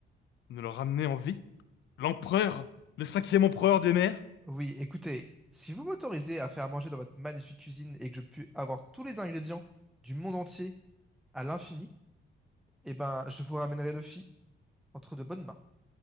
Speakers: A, on the left; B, in the centre.
A: Nous le ramener en vie? L'empereur? Le cinquième empereur des mers?
B: Oui, écoutez, si vous m'autorisez à faire à manger dans votre magnifique cuisine et que je puis avoir tous les ingrédients du monde entier à l'infini, eh ben, je vous ramènerai Luffy entre de bonnes mains.